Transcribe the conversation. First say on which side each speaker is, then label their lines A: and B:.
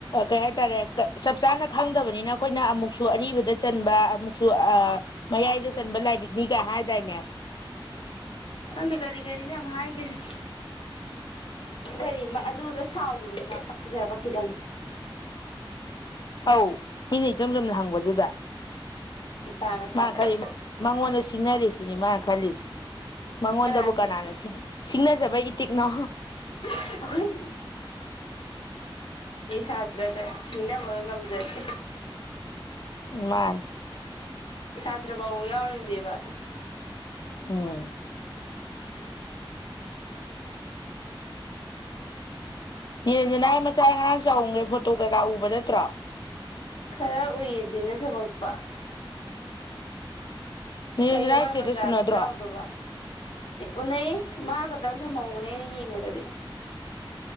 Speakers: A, on the left (about 50°); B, on the left (about 70°).
A: ꯀꯩ ꯍꯥꯏꯇꯥꯔꯦ ꯆꯞ ꯆꯥꯅ ꯈꯪꯗꯕꯅꯤꯅ ꯑꯩꯈꯣꯏꯅ ꯑꯃꯨꯛꯁꯨ ꯑꯔꯤꯕꯗ ꯆꯟꯕ ꯑꯃꯨꯛꯁꯨ ꯑ ꯃꯌꯥꯏꯗ ꯆꯟꯕ ꯂꯥꯏꯔꯤꯛꯅꯤꯒ ꯍꯥꯏ ꯇꯏꯅꯦ
B: ꯈꯪꯗꯦ ꯀꯔꯤ ꯀꯔꯤꯅ ꯌꯥꯝ ꯍꯥꯏꯒꯅꯤ ꯀꯔꯤ ꯑꯗꯨꯗ ꯁꯥꯎꯈꯤꯕꯗꯕ ꯄꯛꯇꯤ ꯈꯔ ꯄꯛꯈꯤꯗꯪ
A: ꯑꯧ ꯃꯤꯅ ꯏꯆꯝ ꯆꯝꯅ ꯍꯪꯕꯗꯨꯗ
B: ꯏꯄꯥꯒ ꯁꯥꯗꯅ
A: ꯃꯥ ꯈꯔꯤ ꯃꯉ ꯃꯅꯦꯁꯤ ꯆꯁꯤꯡꯤꯡꯅꯔꯤꯁꯤꯅꯤ ꯃꯥ ꯈꯂꯤꯁ ꯃꯉꯣꯟꯗꯕꯨ
B: ꯀꯅꯥꯁꯤ
A: ꯀꯅꯥꯅꯁꯤꯡ ꯁꯤꯡꯅꯖꯕꯩ ꯏꯇꯤꯛꯅꯣ
B: ꯑꯩꯈꯣꯏ ꯤ ꯁꯥꯇ꯭ꯔꯗ ꯁꯤꯡꯅꯕ ꯉꯝꯖꯗꯦ
A: ꯃꯥ
B: ꯁꯥꯇ꯭ꯔ ꯐꯥꯎꯕ ꯌꯥꯎꯔꯤꯕꯅꯦꯕ
A: ꯑꯣ ꯌꯦꯟꯁꯤꯅ ꯑꯩ ꯃꯆꯥ ꯉꯔꯥꯡ ꯆꯍꯝꯒꯦ ꯐꯣꯇꯣ ꯀꯩꯀꯥ ꯎꯕ ꯅꯠꯇ꯭ꯔꯥ
B: ꯈꯔ ꯎꯏꯌꯦꯗꯤꯅ ꯊꯕꯛꯄ
A: ꯅꯤꯔꯟꯖꯅꯥ
B: ꯀꯩꯃꯥꯏ
A: ꯏꯁꯇꯦꯇꯁ
B: ꯃꯆꯥ
A: ꯎꯅꯗ꯭ꯔꯣ
B: ꯈꯨꯆꯥꯎꯗꯕ ꯎꯅꯩ ꯃꯥ ꯈꯛꯇꯪ ꯊꯝꯍꯧꯕꯅꯦ ꯑꯩꯅ ꯌꯦꯡꯕꯗꯗꯤ